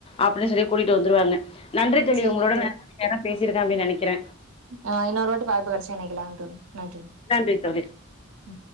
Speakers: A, on the left; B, on the right.
A: அப்டின்னு சொல்லி கூட்டிட்டு வந்துருவாங்க நன்றி தோழி
B: சேரிங்க
A: உங்களோட நா நறைய நேரோ பேசிருக்க அப்டின்னு நனைக்கிற
B: ஆ இன்னோரு வாட்டி வாய்ப்பு கெடச்சா இனைக்கலா தோழி நன்றி
A: நன்றி தோழி
B: ம்